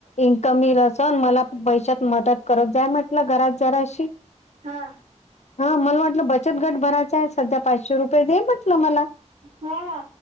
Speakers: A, on the left; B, on the right.
A: इन्कम मिलं असान मला पैशत मदत करत जा म्हटलं घरात जराशी.
B: हां.
A: हा मला वाटलं बचत घट भरायचा आहे सध्या पाचशे रुपये दे म्हटलं मला.
B: हा हा.